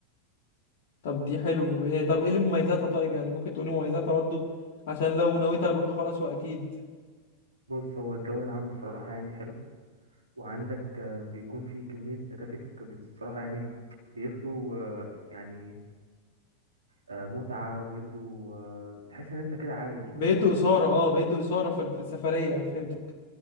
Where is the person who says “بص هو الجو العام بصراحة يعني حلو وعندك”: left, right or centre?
Right